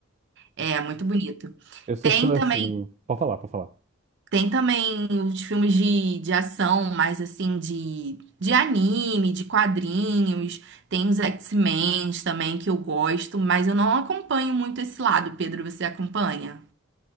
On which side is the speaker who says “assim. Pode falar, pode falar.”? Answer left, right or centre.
Right